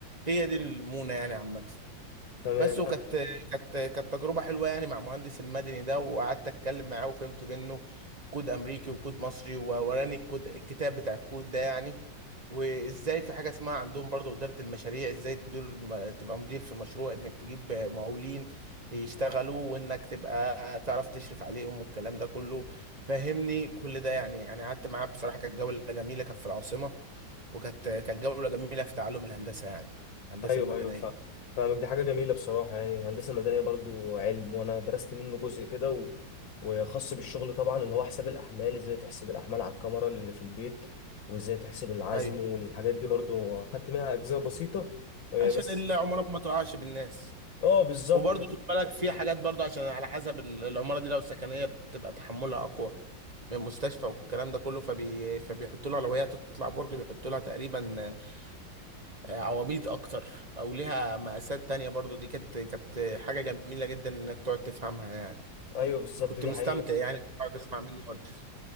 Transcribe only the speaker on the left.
تمام
ايوه
ايوه فاهم فاهمك دي حاجه جميله بصراحه يعني الهندسه المدنيه برضو علم وانا درست منه جزء كده و... وخاص بالشغل طبعا اللي هو حساب الاحمال ازاي تحسب الاحمال على الكاميرا اللي في البيت وازاي تحسب العزم
والحاجات دي برضو خدت منها اجزاء بسيطه آه،
بس
اه بالظبط
ايوه بالظبط
دي
حقيقه